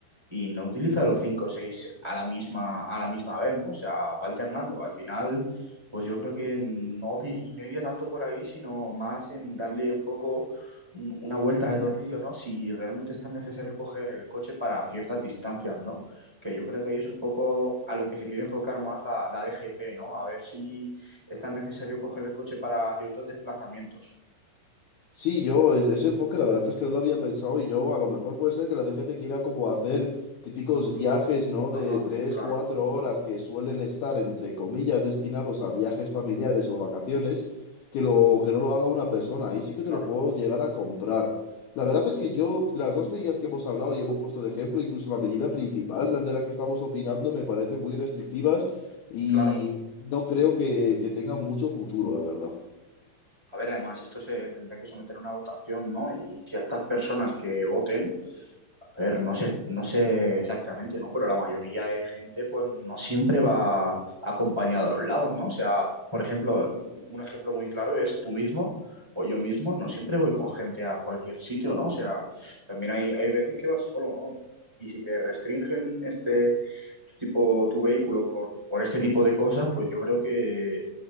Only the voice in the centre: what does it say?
y no utiliza los cinco o seis a la misma, a la misma vez, ¿no? O sea, va alternando. Al final, pues yo creo que no, di- no iría tanto por ahí, sino más en darle un poco un- una vuelta de tornillo, ¿no? Si realmente es tan necesario coger el coche para ciertas distancias, ¿no? que yo creo que ahí es un poco a lo que se quiere enfocar más la, la DGT, ¿no? A ver si es tan necesario coger el coche para ciertos desplazamientos.
Ajá,
claro,
claro,
claro.
A ver, además, esto se tendrá que someter a una votación, ¿no? Y ciertas personas que voten A ver, no sé, no sé exactamente, ¿no? Pero la mayoría de gente, pues, no siempre va acompañada a los lados, ¿no? O sea, por ejemplo, un ejemplo muy claro es tú mismo o yo mismo, no siempre voy con gente a cualquier sitio, ¿no? O sea, también hay, hay veces que vas solo, ¿no? Y, y si te restringen este tu tipo, tu vehículo por, por este tipo de cosas, pues yo creo que